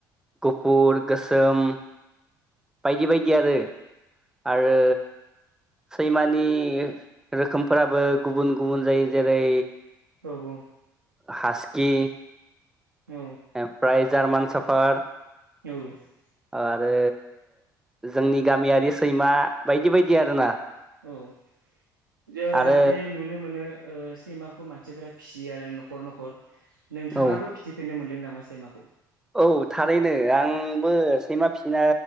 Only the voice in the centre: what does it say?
गुफुर, गोस सोम, बायदि बायदि आरो, आरो सैमानि रोखोमफोराबो गुबुन गुबुन जायो जेरै
हाजकि,
प्राइज जार्मान साफार
आरो जोंनि गामियारि सैमा बायदि बायदि आरोना
आरो
औ
औ थारैनो आंबो सैमा फिसिनो